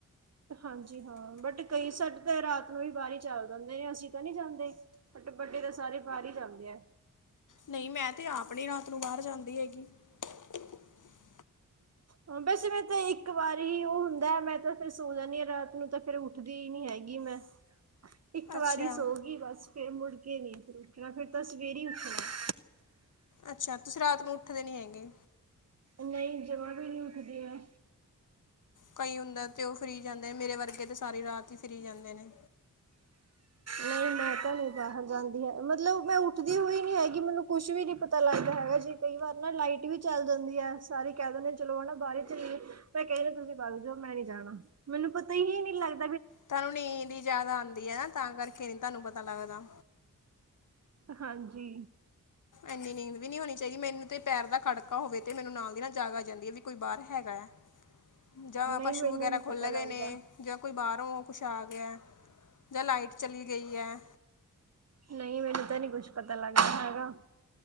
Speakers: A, on the right; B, on the left.
A: ਹਾਂਜੀ ਹਾਂ ਬਟ ਕਈ ਸਟ ਤੇ ਰਾਤ ਨੂੰ ਵੀ ਬਾਹਰ ਚੱਲ ਜਾਂਦੇ ਨੇ ਅਸੀਂ ਤਾਂ ਨਹੀਂ ਜਾਂਦੇ ਬਟ ਵੱਡੇ ਤਾਂ ਸਾਰੇ ਬਾਹਰ ਹੀ ਜਾਂਦੇ ਆ।
B: ਨਹੀਂ ਮੈਂ ਤੇ ਆਪ ਨਹੀਂ ਰਾਤ ਨੂੰ ਬਾਹਰ ਜਾਂਦੀ ਹੈਗੀ। <inaudible>
A: ਹ ਵੈਸੇ ਮੈਂ ਤਾਂ ਇੱਕ ਵਾਰ ਹੀ ਉਹ ਹੁੰਦਾ ਹੈ ਮੈਂ ਤਾਂ ਫਿਰ ਸੋ ਜਾਂਦੀ ਹ ਰਾਤ ਨੂੰ ਤਾਂ ਫੇਰ ਉੱਠਦੀ ਹੀ ਨੀ ਹੈਗੀ ਮੈਂ ਇੱਕ
B: ਅੱਛਾ
A: ਵਾਰੀ ਸੋ ਗਈ ਬਸ ਫੇਰ ਮੁੜ ਨਹੀਂ ਉੱਠਣਾ ਫੇਰ ਤ ਸਵੇਰੇ ਉੱਠਣਾ <inaudible>
B: ਅੱਛਾ ਤੁਸੀਂ ਰਾਤ ਨੂੰ ਉੱਠਦੇ ਨੀ ਹੈਗੇ।
A: ਨਹੀਂ ਜਮਾ ਵੀ ਨਹੀਂ ਉੱਠਦੀ ਹਾਂ।
B: ਕਈ ਹੁੰਦਾ ਤੇ ਉਹ ਫਰੀ ਜਾਂਦੇ ਨੇ ਮੇਰੇ ਵਰਗੇ ਤੇ ਸਾਰੀ ਰਾਤ ਹੀ ਫਰੀ ਜਾਂਦੇ ਨੇ।
A: ਨਹੀਂ ਮੈਂ ਤਾਂ ਨਹੀਂ ਬਹਿ ਜਾਂਦੀ ਹੈ ਮਤਲਬ ਮੈਂ ਉੱਠਦੀ ਹੋਈ ਨੀ ਹੈਗੀ ਮੈਨੂੰ ਕੁਛ ਵੀ ਨੀ ਪਤਾ ਲੱਗਦਾ ਹੈਗਾ ਜੀ ਕਈ ਵਾਰ ਨਾ ਲਾਈਟ ਵੀ ਚੱਲ ਜਾਂਦੀ ਹੈ ਸਾਰੀ ਕਹਿ ਦਿੰਦੇ ਚਲੋ ਹੈ ਨਾ ਬਾਰ 'ਚ ਮੈਂ ਕਹਿੰਦੇ ਤੁਸੀਂ ਬਗ ਜਾਓ ਮੈਂ ਨੀ ਜਾਣਾ ਮੈਨੂੰ ਪਤਾ ਹੀ ਨਹੀਂ ਲੱਗ
B: ਤੁਹਾਨੂੰ ਨੀਂਦ ਹੀ ਜਿਆਦਾ ਆਉਂਦੀ ਹੈ ਨਾ ਤਾਂ ਕਰ ਨੀ ਤੁਹਾਨੂੰ ਪਤਾ ਲੱਗਦਾ।
A: ਹਾਂਜੀ
B: ਐਨੀ ਨੀਂਦ ਵੀ ਨੀ ਹੋਣੀ ਚਾਹੀਦੀ ਮੈਨੂੰ ਤੇ ਪੈਰ ਦਾ ਖੜਕਾ ਹੋਵੇ ਤੇ ਮੈਨੂੰ ਨਾਲ ਦੀ ਨਾਲ ਜਾਗ ਆ ਜਾਂਦੀ ਹੈ ਵੀ ਕੋਈ ਬਾਹਰ ਹੈਗਾ ਹੈ ਜਾਂ
A: ਨਹੀਂ
B: ਪਸ਼ੂ
A: ਮੈਨੂੰ
B: ਵਗੈਰਾ
A: ਨੀ
B: ਖੁੱਲ
A: ਪਤਾ ਲੱਗਦਾ
B: ਗਏ ਨੇ ਜਾਂ ਕੋਈ ਬਾਹਰੋਂ ਕੁਛ ਆ ਗਿਆ ਜਾਂ ਲਾਈਟ ਚਲੀ ਗਈ ਐ।
A: ਨਹੀਂ ਮੈਨੂੰ ਤਾਂ ਨਹੀਂ ਕੁੱਛ ਪਤਾ ਲੱਗਦਾ ਹੈਗਾ।